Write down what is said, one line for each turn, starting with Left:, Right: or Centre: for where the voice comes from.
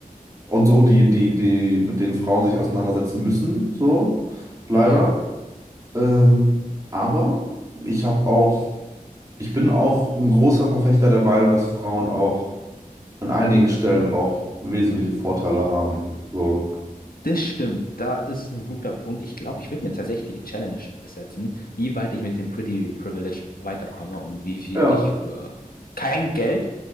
Right: und so, die, die, die mit denen Frauen sich auseinandersetzen müssen, so, leider.
Left: Ja,
Right: Ähm, aber ich habe auch, ich bin auch ein großer Verfechter der Meinung, dass Frauen auch an einigen Stellen auch wesentliche Vorteile haben, so.
Left: das stimmt. Da ist ein guter Punkt. Ich glaube, ich würde mir tatsächlich die Challenge setzen, wie weit ich mit dem Pretty Privilege weiterkomme und wie viel
Right: Ja.
Left: ich für kein Geld